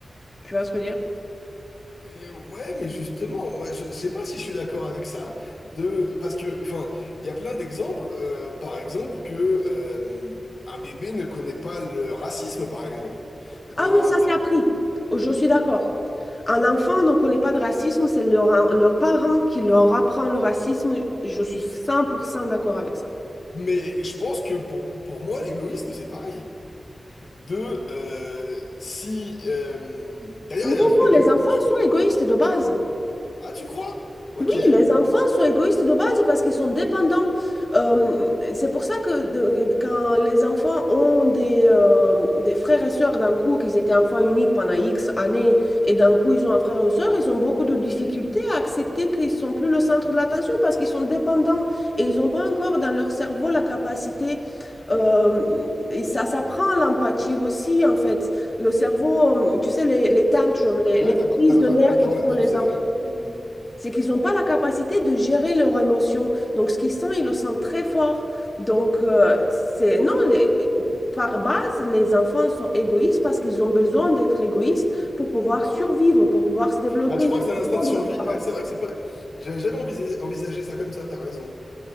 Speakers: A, on the left (about 25°); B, on the left (about 70°).
A: Tu vois ce que je veux dire?
B: Euh, ouais, mais justement, moi, je sais pas si je suis d'accord avec ça, de parce que, enfin, il y a plein d'exemples, euh, par exemple que euh, un bébé ne connaît pas le racisme, par exemple. Un
A: Ah oui, ça
B: bé-
A: c'est appris. Oh, Je suis d'accord. Un enfant ne connaît pas de racisme, c'est leur, leurs parents qui leur apprend le racisme. Je suis 100% d'accord avec ça.
B: Mais je pense que pour pour moi, l'égoïsme, c'est pareil. De euh, si, euh, d'ailleurs,
A: Oui,
B: il
A: non,
B: y a un truc,
A: les
B: j'ai vu
A: enfants
B: un truc.
A: sont égoïstes de base.
B: Ah, tu crois? Ok.
A: Oui, les enfants sont égoïstes de base parce qu'ils sont dépendants. Euh, c'est pour ça que de- de- quand les enfants ont des, euh, des frères et sœurs d'un coup, qu'ils étaient enfants uniques pendant X années, et d'un coup ils ont un frère ou une sœur, ils ont beaucoup de difficultés à accepter qu'ils ne sont plus le centre de l'attention parce qu'ils sont dépendants et ils n'ont pas encore dans leur cerveau la capacité. euh, et ça s'apprend l'empathie aussi, en fait. Le cerveau, euh, tu sais, les, les tantrums, les,
B: Ouais,
A: les
B: t'as pas,
A: crises
B: t'as
A: de nerfs
B: pas tort
A: qui
B: là-dessus,
A: font les
B: c'est
A: enfants
B: vrai. Mhm.
A: c'est qu'ils n'ont pas la capacité de gérer leurs émotions. Donc, ce qu'ils sentent, ils le sentent très fort. Donc, euh, c'est non, les- par base, les enfants sont égoïstes parce qu'ils ont besoin d'être égoïstes pour pouvoir survivre, pour pouvoir se développer.
B: Ah, tu crois que
A: Ils ont
B: c'est un
A: besoin
B: instinct de survie?
A: de leurs parents.
B: Ouais, c'est vrai que c'est pas. J'avais jamais envisagé envisagé ça comme ça. T'as raison.